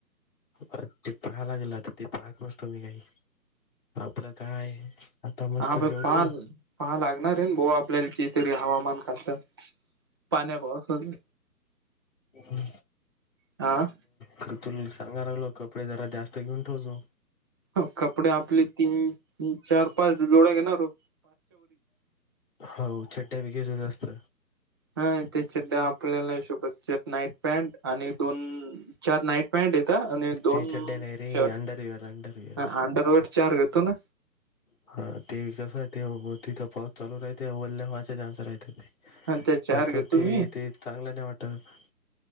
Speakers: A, on the left (about 30°); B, on the right (about 15°).
A: अ ते पाहाय लागेलं आता. ते पाहात बसतो मी काही. आपलं काय आहे. आता मस्त
B: हा
A: जेवतो.
B: प पहा पहा लागणार आहे न बोआ, आपल्याला की तरी हवामान खातं. पाण्या पावसानं
A: हम
B: आ.
A: खर तुला सांगाय लागलो. कपडे जरा जास्त घेऊन ठेवतो.
B: हो कपडे आपले तीन, चार-पाच जोड घेणार ओ.
A: हो छड्डा बी घे जा जास्त.
B: हय त्या चड्ड्या आपल्याला सोबत येत नाईत. पॅन्ट आणि दोन चार नाईट पॅन्ट येतं आणि दोन
A: ते चड्ड्या नाही रे
B: शर्ट.
A: अंडरविअर अंडरविअर
B: ह आंडरवर्ड चार येतो न.
A: हा ते कसं आहे ते, तिथं पाऊस चालू राहते वल्ल्या <unintelligible> ते.
B: आणि त्या चार
A: होत
B: घेतो
A: ते
B: मी
A: ते, चांगलं नाही वाटत.